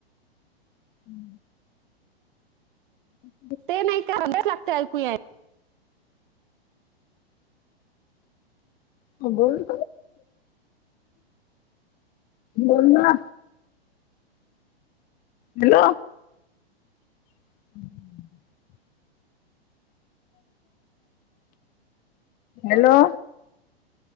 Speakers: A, on the left; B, on the right.
A: हम्म. ह
B: ते नाही का अभ्यास लागतो ऐकू याय.
A: हो बोल बोल ना. Hello <unintelligible> hello